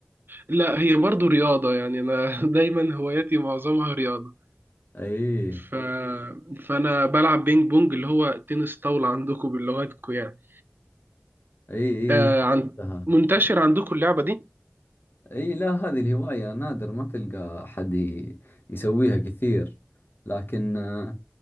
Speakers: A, on the right; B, on the left.
A: لا هي برضو رياضة يعني انا <laughs> دايما هواياتي معظمها رياضة
B: اي
A: ف... فانا بلعب بينج بونج اللي هو تنس طاولة عندكم بلغتكم يعني
B: اي اي
A: آه عن...
B: لها.
A: منتشر عندكم اللعبة دي
B: اي لا هذه الهواية نادر ما تلقى أحد ي- يسويها كثير لكن آه،